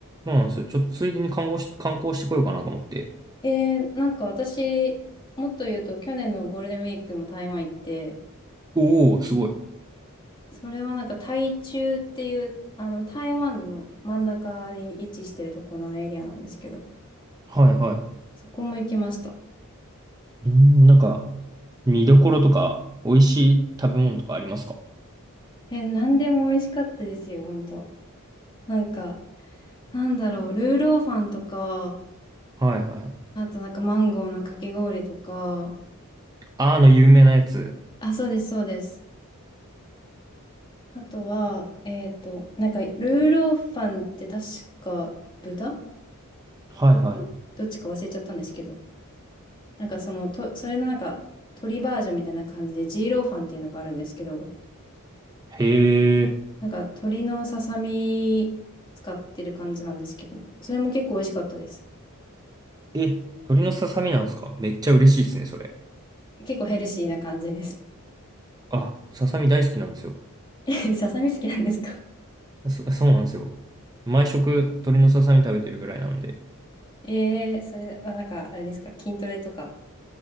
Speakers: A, on the right (about 20°); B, on the left (about 20°).
A: そうなんですよ。ちょっとついでに観光し、観光してこようかなと思って。
B: えー、なんか私、もっと言うと去年のゴールデンウィークも台湾行って、
A: おお、すごい。
B: それはなんか台中っていう、あの台湾の真ん中に位置してるところのエリアなんですけど、
A: はいは
B: そこも行きました。
A: い。うん、なんか、見どころとか、美味しい食べ物とかありますか
B: えなんでも美味しかったですよ、本当。なんか、なんだろう、ルーローファンとか、
A: はいはい。
B: あとなんかマンゴーのかき氷とか、
A: あーの有名なやつ。
B: あ、そうです、そうです。あとは、えっと、なんか、ルーローファンって確か豚
A: はいは
B: か牛どっちか忘れちゃったんですけど、なんかその、と、それのなんか、鶏バージョンみたいな感じで、ジーローファンっていうのがあるんですけど、
A: い。へえ。
B: なんか、鶏のささみ使ってる感じなんですけど、それも結構美味しかったです。
A: え、鳥のささみなんですかめっちゃ嬉しいですね、それ。
B: 結構ヘルシーな感じです。
A: あ、ささみ大好きなんですよ。
B: <laughs> えささみ好きなんですか
A: そ、そうなんですよ。毎食鳥のささみ食べてるぐらいなんで。
B: え <laughs> えー、それはなんか、あれですか、筋トレとか。